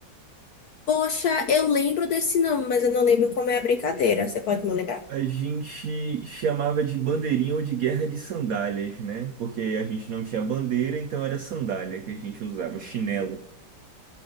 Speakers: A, on the left (about 70°); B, on the right (about 85°).
A: Poxa, eu lembro desse nome, mas eu não lembro como é a brincadeira. Você pode me lembrar?
B: A gente chamava de bandeirinha ou de guerra de sandálias, né? Porque a gente não tinha bandeira, então era sandália que a gente usava, chinelo.